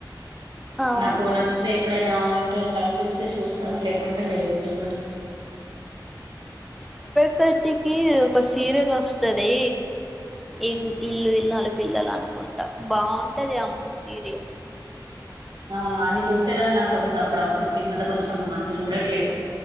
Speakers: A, in the centre; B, on the right.
A: అవును
B: నాకు నచ్చితే ఎప్పుడైనా ఆ ఇంట్రెస్ట్ అని పిస్తే చూస్తను లేకుంటే లేదు చూడను
A: క్కటికి ఒక సీరియల్ వస్తది, ఇన్
B: హ్మ్.
A: ఇల్లు ఇల్లాలు పిల్లలు అనుకుంటా బాగుంటుంది ఆ సీరియల్.
B: అవును అది చూసేదాన్ని అంతకు ముందు అప్పుడప్పుడు, ఈ మధ్య కొంచెం అంత చూడట్లేదు